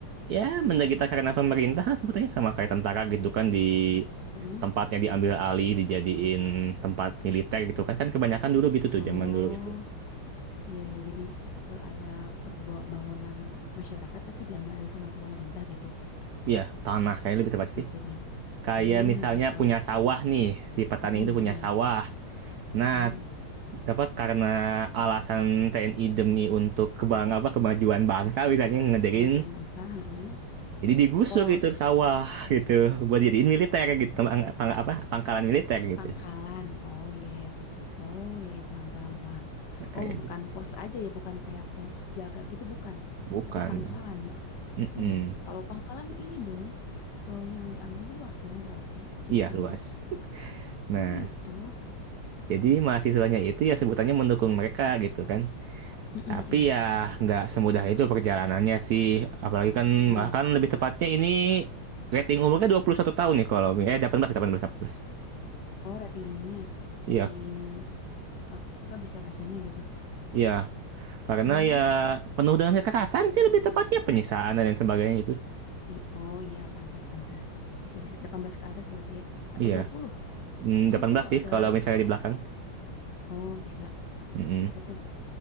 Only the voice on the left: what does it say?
mm-mm.
Oh,
iya, ya. Jadi eh, ada perbu- bangunan masyarakat tapi diambil alih sama pemerintah gitu,
maksudnya.
Hmm,
gitu.
Mhm
mhm,
mhm.
Kemajuan bangsa, heeh.
Pos
pangkalan. Oh iya ya. Oh iya ya, paham paham paham.
Oh, bukan
pos aja ya, bukan kayak pos jaga gitu bukan.
Tapi pangkalan ya.
Oh, kalau pangkalan ini dong eh, yang diambil luas dong berarti ceritanya.
Oh gitu.
Mhm
mhm,
mhm.
Oh, rating ininya.
Rating eh, apa bisa bacanya gitu.
Oh.
I- Oh iya, pantas, pantas. Bisa, bisa. delapan belas ke atas berarti ya. Atau
20?
Maksudnya
kalau
ada,
oh bisa,
bisa tuh.